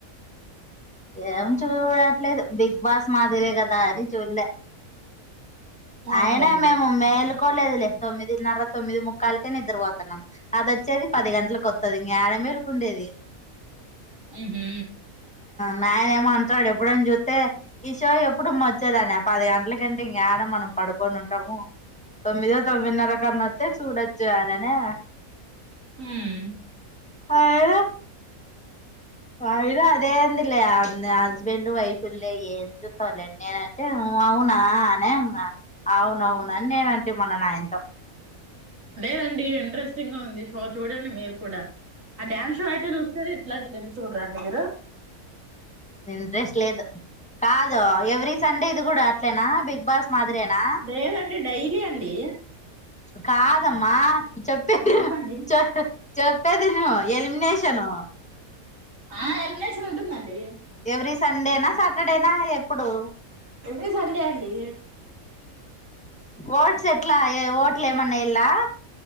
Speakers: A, in the centre; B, on the right.
A: ఏం చూడట్లేదు బిగ్ బాస్ మాదిరే కదా అది చూల్లే
B: అవునులేండి
A: ఆయనా మే మమ్మ మేలుక్ అకోట్లేదులే తొమ్మిదిన్నర తొమ్మిది ముక్కాలకనా నిద్ద్ర పోతున్నాం అది వచ్చేది పది గంటలకుకి వత్తది ఇంగ యాడ మేల్కుండేది
B: మ్మ్ హు
A: మా ఆయనే ఏమో అంటాడు ఎప్పుడని చూత్తే ఈ షో ఎప్పుడు అమ్మ వచ్చేదని పది గంటల కంటే ఇంకాడ మనం పడుకొని ఉంటాము తొమ్మిదో తొమ్మిదిన్నర కరన వత్తే చూడొచ్చు ఆననా
B: మ్మ్
A: ఆ ఏద అయినా అదేంది లే హస్బెండ్ వైఫ్ లే ఏం చూస్తాలేండి నేనంటే అవునా అన ఇంగ అవునవునని నేనంటే మల్ల నాయనతో
B: లేదండి ఇంట్రెస్టింగ్ గా ఉంది షో చూడండి మీరు కూడా ఆ డామ్ షో చూస్ సిరి ఇట్లాంటిదిది చూడరా అండి మీరు
A: ఇంట్రెస్ట్ లేదు కాదు ఎవ్రీ సండే ఇది కూడా అట్లేనా బిగ్ బాస్ మాదిరేనా
B: లేదండి డైలీ అండి
A: కాదమ్మా చెప్పే ద
B: చెప్పండి.
A: చ చెప్పే దిన వ ఎలిమినేషను
B: ఆ ఎలిమినేషన్ ఉంటుందండి
A: ఎవ్రీ సండేనా సాటర్డేనా ఎప్పుడు
B: ఎండీ సండే అండి
A: ఓట్స్ ఎట్లా ఓట్లు ఏమన్నా ఎత్ లా